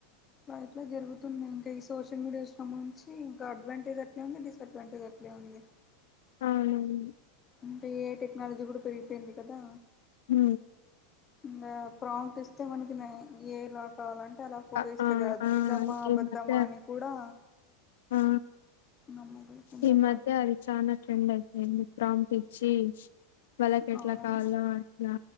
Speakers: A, on the left; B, on the left.
A: అ ఇట్లా జరుగుతున్నాయి ఇంకా ఈ సోచ డి చూసం నుంచి ఇంకా అడ్వాంటేజ్ అట్లా ఉంది డిస్డ్వాంటేజ్ అట్లా ఉంది
B: అవునవును
A: అంటే ఏఐ టెక్నాలజీ కూడా పెరిగిపోయింది కదా
B: హ్మ
A: ఇంకా ప్రాంప్ట్ ఇస్తే మనకి ఏలా కావాలంటే అలా ఫోటో
B: ఆ
A: ఇస్తది
B: ఆ
A: కదా అది
B: ఆ
A: నిజామా ఆపదమా
B: ఈ మధ్య
A: అని కూడా
B: ఆ
A: నమ్మకుండా
B: ఈ మధ్య
A: కాకుండా
B: అది చనా ట్రెండ్ అయిపోయింది ప్రాంప్ట్ ఇచ్చి వాళ్ళకి ఎట్లా
A: అవును
B: కావాలో అట్లా